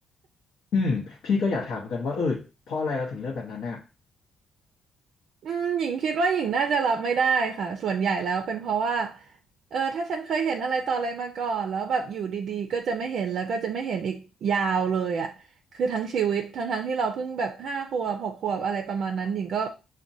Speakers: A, on the left; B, on the right.
A: อืมพี่ก็อยากถามกันว่าเออเพราะอะไรเราถึงเลือกแบบนั้นน่ะ
B: <laughs> อืมหญิงคิดว่าหญิงน่าจะรับไม่ได้ค่ะส่วนใหญ่แล้วเป็นเพราะว่าเออถ้าฉันเคยเห็นอะไรต่ออะไรมาก่อนแล้วแบบอยู่ดีๆก็จะไม่เห็นแล้วก็จะไม่เห็นอีกยาวเลยอ่ะคือทั้งชีวิตทั้งๆที่เราเพิ่งแบบห้าขวบหกขวบอะไรประมาณนั้นหญิงก็